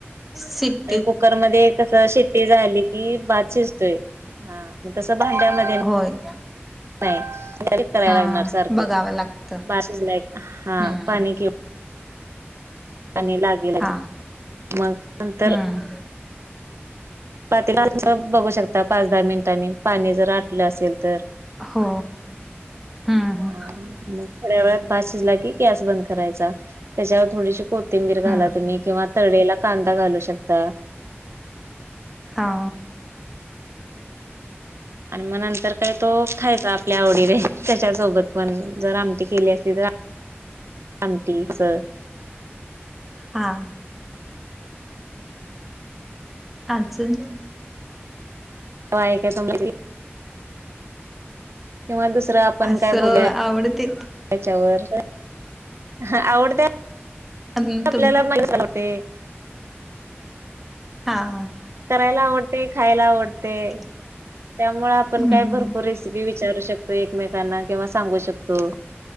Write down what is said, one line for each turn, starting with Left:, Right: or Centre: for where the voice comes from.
Centre: स <unintelligible>
Right: आणि कुकरमध्ये कस शिट्टी झाली की भात शिजतोय. हा मग तस भांड्यामध्ये
Centre: होय.
Right: नाही करायला
Centre: हा
Right: लागणार सारख,
Centre: बघावं लागतं
Right: भात शिजलाय का, हा
Centre: हम्म
Right: पाणी कि आणि लागेल
Centre: हा
Right: मग नंतर
Centre: हम्म
Right: पातेल्यात कस बघू शकता पाच दहा मिनिटांनी पाणी जर आटलं असेल तर
Centre: हो, हम्म. हम्म
Right: हा मग थोड्या वेळात भात शिजला की गॅस बंद करायचा त्याच्यावर थोडीशी को तिंबीर घाला
Centre: हम्म
Right: तुम्ही किंवा तळवेला कांदा घालू शकता,
Centre: हा,
Right: आणि मग नंतर काय तो खायचा आपल्या आवडीने त्याच्यासोबत पण जर आमटी केली असती तर आमठीस
Centre: हा, अजून
Right: होय काय तुम्ही किंवा दुसरं आपण
Centre: असं
Right: काय बोलू त्याच्यावर
Centre: आवडते
Right: ह आवडते
Centre: अजून
Right: आपल्याला
Centre: तुम
Right: मला चालते,
Centre: हा. आ.
Right: करायला आवडते खायला आवडते
Centre: की
Right: त्यामुळे आपण
Centre: हम्म
Right: काय भरपूर विचारू शकतो एकमेकना किंवा सांग शकतो